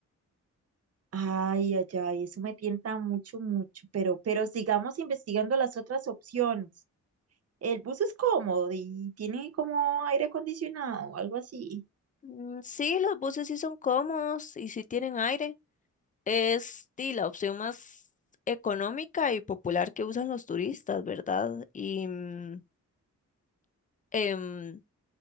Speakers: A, on the right; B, on the left.
A: Ay, ay, ay, eso me tienta mucho, mucho, pero, pero sigamos investigando las otras opciones. El bus es cómodo y tiene como aire acondicionado o algo así.
B: Mm, Sí, los buses sí son cómodos y sí tienen aire. Es di, la opción más económica y popular que usan los turistas, ¿verdad? Y mm, em,